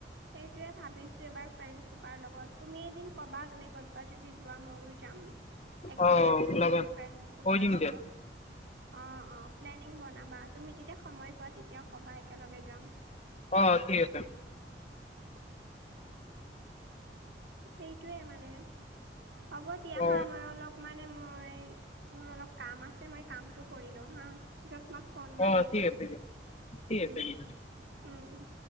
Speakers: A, on the right; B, on the left.
A: সেইটোৱে ভাবিছো এবাৰ ফ্ৰেণ্ড কোপাৰ লগত, তুমি এদিন ক'বা তুমি ক'ৰবাত যদি যোৱা ময়ো যাম, একেলগে
B: অ
A: ফুৰি
B: ওলাবা
A: আহিম ফ্ৰেন্সে খোপাৰ
B: কৈ দিম
A: লগত।
B: দিয়া
A: অ', অ, প্লেনিং বনাবা, তুমি যেতিয়া সময় পোৱা তেতিয়া কবা, একেলগে যাম।
B: অ', ঠিক আছে।
A: সেইটোয়ে মানে, হ'ব দিয়া
B: অ
A: হা, মই অলপ মানে মই, মোৰ অলপ কাম আছে, মই কাম কৰি লও হা, পিছত তোমাক ফোন
B: অ
A: মাৰি আছো,
B: ঠিক আছে দিয়া। ঠিক
A: উম
B: আছে ঠিক আছে
A: উম।